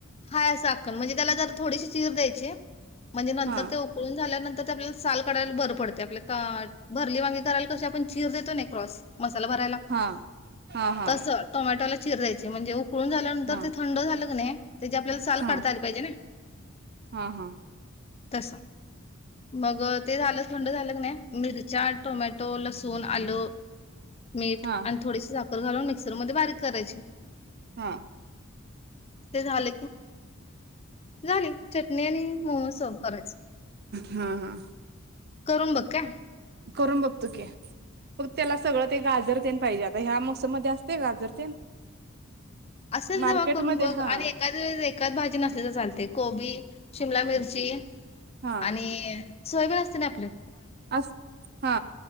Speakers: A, on the left; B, on the right.
A: हाय अस मआख म्हणजे त्याला जर थोडीशी चिर द्यायची म्हणजे नंतर
B: हा
A: ते उकळून झाल्यानंतर आपल्याला साल काढायला बर पडते आपल्या भरली वांगी करायला कशी आपण चीर देतो ना क्रॉस मसाला भरायला
B: हा हा हा हा
A: तस टोमॅटोला चीर द्यायची म्हणजे उक पोळून झाल्यानंतर
B: हा
A: ते थंड झालं की नाही त्याची आपल्याला साल
B: हा
A: काढता आली पाहिजे ना?
B: हा हा
A: तस मग ते झालं थंड झालं क नाही मिरच्या, टोमॅटो, लसूण, आल मीठ
B: हा
A: आणि थोडीशी साखर. घालून मिक्सर मध्ये बारीक करायची
B: हा
A: ते झाल झाले. चटणी आणि मोमोज सर्व करायच
B: हा
A: करून बघ का
B: करून बग <inaudible> त्याला सगळं ते गाजरतेन पाहिजे आता ह्या मोसम मध्ये असतय गाजर तेन
A: असेल
B: मार्केटमध्ये
A: तेव्हा करून बघ,
B: हा
A: आणि एकाद वेळे एखादी भाजी नसली तर चालते कोबी शिमला मिर्ची,
B: हा
A: आणि सोयबीण असते ना आपलं
B: अस हा